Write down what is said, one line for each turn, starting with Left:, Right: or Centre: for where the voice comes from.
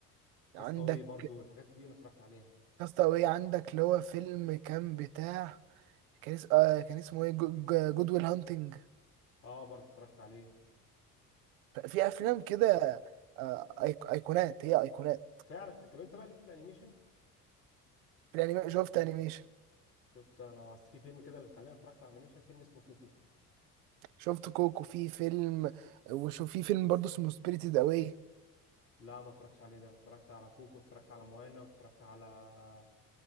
Left: كاستاوي
Right: عندك
Left: برضو الحاجات دي انا اتفرجت عليها
Right: كاستاوي عندك اللي هو فيلم كان بتاع كان اس- آه، كان اسمه ايه جو- جو- جود ويل هانتنج
Left: اه برضو اتفرجت عليه
Right: في افلام كده آه، أيق- ايقونات هي ايقونات
Left: فعلا انت انت بقى ليك في الانيميشن
Right: في الانيميشن شفت انيميشن
Left: شفت انا اصل في فيلم كده اللي خلاني اتفرجت على انيميشن فيلم اسمه كوكو
Right: شفت كوكو في فيلم وشوف في فيلم برضه اسمه سبيريتد اواي
Left: لا ما اتفرجتش عليه ده انا اتفرجت على كوكو اتفرجت على موانا واتفرجت على